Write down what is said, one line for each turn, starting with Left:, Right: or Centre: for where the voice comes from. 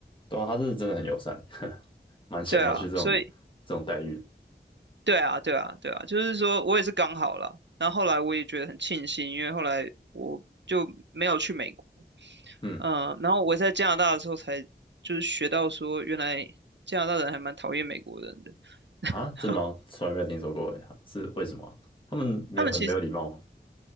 Left: 对啊，他是真的很友善，<laughs> 蛮想要去这种这种待遇的
Right: 对啊，所以对啊，对啊，对啊，就是说我也是刚好了，然后后来我也觉得很庆幸，因为后来我就没有去美国。
Left: 嗯，
Right: 嗯，然后我在加拿大的时候才就是学到说，原来加拿大人还蛮讨厌美国人的。
Left: 啊，
Right: <laughs>
Left: 真的吗？从来没有听说过诶，是为什么啊他们没有很没有礼貌吗？
Right: 他们其实